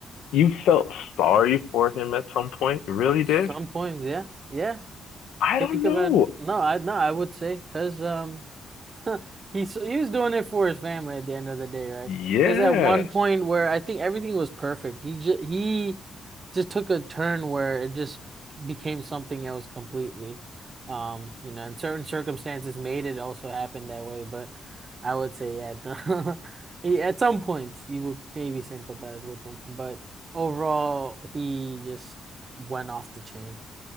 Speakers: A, on the left; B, on the right.
A: You felt sorry for him at some point? You really did?
B: Some points, yeah, yeah.
A: I
B: Think
A: don't know.
B: about it. No, I no, I would say because um. <laughs> He's he was doing it for his family at the end of the day, right?
A: Yeah.
B: There's that one point where I think everything was perfect. He just he just took a turn where it just became something else completely. Um, you know, and certain circumstances made it also happen that way, but I would say yeah, <laughs> he- at some point you would maybe sympathize with him, but overall he just went off the chain.